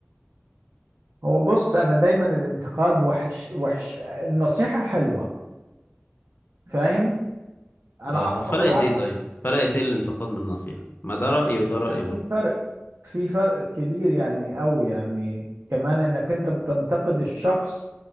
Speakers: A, on the right; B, on the left.
A: هو بص انا دايما الانتقاد وحش وحش النصيحة حلوة فاهم انا
B: أه طب
A: انصح
B: فرقت
A: واحد
B: إيه طيب فرقت إيه الانتقاد من النصيحة ما ده رأيي وده
A: لا
B: رأيي
A: في
B: برضه
A: فرق في فرق كبير يعني قوي يعني كمان انك انت بتنتقد الشخص